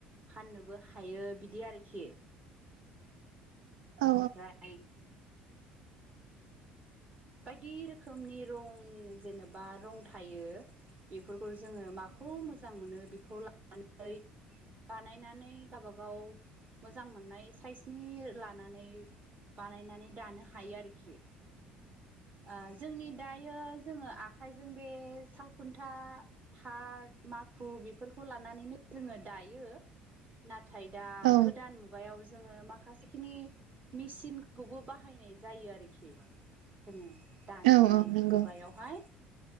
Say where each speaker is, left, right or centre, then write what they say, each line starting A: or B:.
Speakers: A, on the right; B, on the right.
A: फाननोबो हायो बिदि आरोखि।
B: औ
A: ओमफ्राय। बायदि रोखोमनि रं जेनेबा रं थायो बिफोर फोर जोङो माखौ मोजां मोनो बेखौ लानानै बानायनानै गावबागाव मोजां मोननाय साइसनि लानानै बानायनानै दानो हायो आरोखि। ओ जोंनि दायो जोङो आखाइजों बे सालखुन्था थार माखु बिफोरखौ लानानैनो जोङो दायो ना थाय दा
B: औ औ
A: गोदान मुगायाव जोङो माखासेखिनि मिसिनखौबो बाहायनाय जायो आरोखि जोङो दानि
B: औ औ नंगौ
A: मुगायावहाय